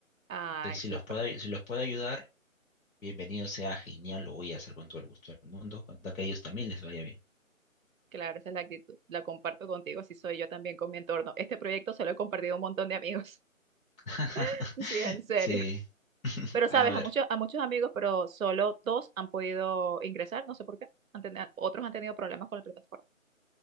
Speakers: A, on the right (about 75°); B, on the left (about 85°).
A: Ay,
B: Entonces, si
A: súper.
B: los puedo, ay- si los puedo ayudar, bienvenido sea, genial, lo voy a hacer con todo el gusto del mundo, con tal que a ellos también les vaya bien.
A: Claro, esa es la actitud. La comparto contigo, así soy yo también con mi entorno. Este proyecto se lo he compartido a un montón de amigos.
B: <laughs>
A: <laughs> Sí, en serio.
B: Sí. <laughs>
A: Pero sabes,
B: A ver.
A: a muchos, a muchos amigos, pero solo dos han podido ingresar, no sé por qué. Han teni- otros han tenido problemas con la plataforma.